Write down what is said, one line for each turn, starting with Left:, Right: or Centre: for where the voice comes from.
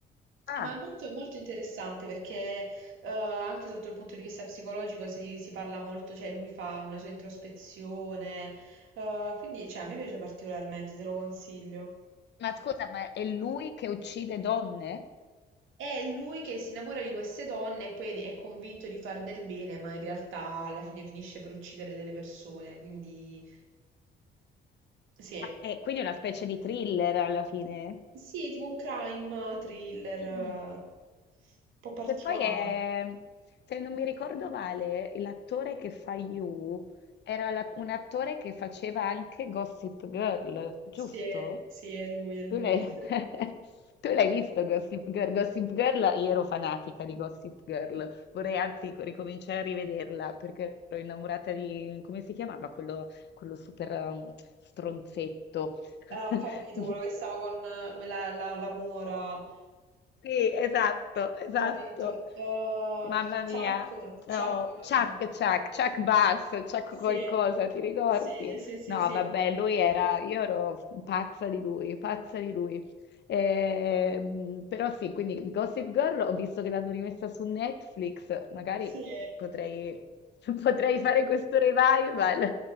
Left: Ah.
Right: Ma è molto, molto interessante perché eh, anche sotto il punto di vista psicologico si, si parla molto, cioè lui fa una sua introspezione, eh, quindi cioè, a me piace particolarmente, te lo consiglio.
Left: Ma scusa, ma è lui che uccide donne?
Right: È lui che si innamora di queste donne e poi è convinto di far del bene, ma in realtà alla fine finisce per uccidere delle persone, quindi sì, è-
Left: Ah, E quindi è una specie di thriller alla fine.
Right: sì, è tipo un crime thriller,
Left: Mm.
Right: eh, un po' particolare.
Left: E poi è, se non mi ricordo male, l'attore che fa You era la- un attore che faceva anche Gossip Girl, giusto?
Right: Sì, è- sì, è lui, è lui.
Left: Tu l'hai
Right: <laughs>
Left: <laughs> tu l'hai visto Gossip Girl? Gossip Girl, io ero fanatica di Gossip Girl, vorrei anzi ricominciare a rivederla perché ero innamorata di, come si chiamava, quello, quello super um, stronzetto <laughs>
Right: Ah, Ho capito quello che stava con, eh, come la, la, la mora,
Left: Sì, esatto, esatto.
Right: ho capito. Eh,
Left: Mamma
Right: Chuck,
Left: mia.
Right: Chuck,
Left: Oh, Chuck,
Right: eh,
Left: Chuck, Chuck Bass, Chuck
Right: sì,
Left: qualcosa, ti ricordi?
Right: sì, sì, sì,
Left: No,
Right: sì.
Left: vabbè, lui era, io ero pazza di lui, pazza di lui. Ehm,
Right: Mm,
Left: però sì, quindi Gossip Girl ho visto che l'hanno rimessa su Netflix, magari
Right: Sì.
Left: potrei, <laughs> potrei fare questo revival.